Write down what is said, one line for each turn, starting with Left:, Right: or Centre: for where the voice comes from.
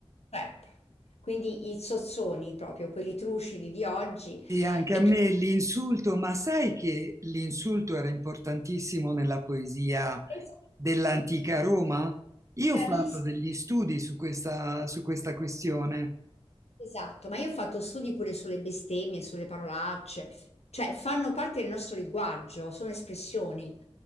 Left: trap. Quindi i sozzoni proprio, quelli trucidi di oggi.
Right: e anche
Left: E
Right: a me
Left: chi
Right: l'insulto, ma sai che l'insulto era importantissimo nella poesia
Left: pensa-
Right: dell'antica Roma? Io
Left: bravissima,
Right: ho fatto degli studi su questa, su questa questione.
Left: Esatto, ma io ho fatto studi pure sulle bestemmie, sulle parolacce, cioè fanno parte del nostro linguaggio, sono espressioni